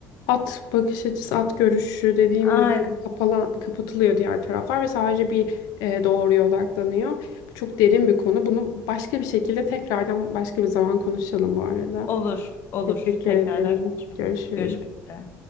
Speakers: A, on the left; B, on the left.
A: at bakış açısı, at görüşü dediğimiz
B: aynen
A: kapalan, kapatılıyor diğer taraflar ve sadece bir e, doğruya odaklanıyor. Bu çok derin bir konu. Bunu başka bir şekilde tekrardan başka bir zaman konuşalım bu arada.
B: olur olur
A: Teşekkür
B: tekrardan
A: ederim.
B: konuşmak
A: Görüşürüz.
B: görüşmek üzere.